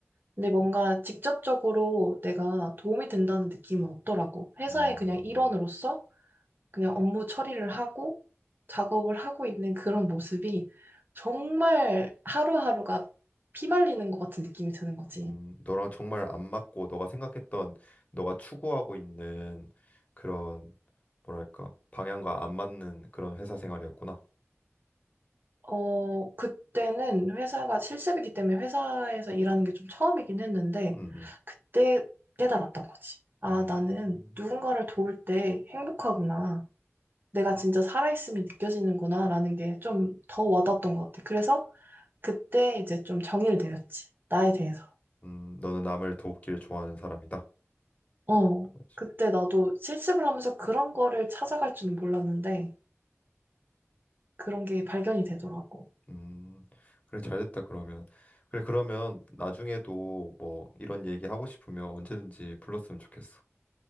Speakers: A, on the right (about 45°); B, on the left (about 25°).
A: 근데 뭔가 직접적으로 내가 도움이 된다는 느낌은 없더라고. 회사의
B: 음,
A: 그냥 일원으로서 그냥 업무 처리를 하고 작업을 하고 있는 그런 모습이 정말 하루하루가 피말리는 것 같은 느낌이 드는 거지.
B: 음, 너랑 정말 안 맞고 너가 생각했던, 너가 추구하고 있는 그런, 뭐랄까, 방향과 안 맞는 그런 회사 생활이었구나.
A: 어, 그때는 회사가 실습이기 때문에 회사에서 일하는 게 좀 처음이긴 했는데,
B: 음, 음.
A: 그때 깨달았던 거지. 아,
B: 음.
A: 나는 누군가를 도울 때 행복하구나. 내가 진짜 살아있음이 느껴지는구나. 라는 게 좀 더 와닿았던 것 같아. 그래서 그때 이제 좀 정의를 내렸지. 나에 대해서.
B: 음, 너는 남을 돕기를 좋아하는 사람이다.
A: 어,
B: 그렇지.
A: 그때 나도 실습을 하면서 그런 거를 찾아갈 줄은 몰랐는데, 그런 게 발견이 되더라고.
B: 음, 그래, 잘 됐다, 그러면. 그래, 그러면 나중에도 뭐 이런 얘기 하고 싶으면 언제든지 불렀으면 좋겠어.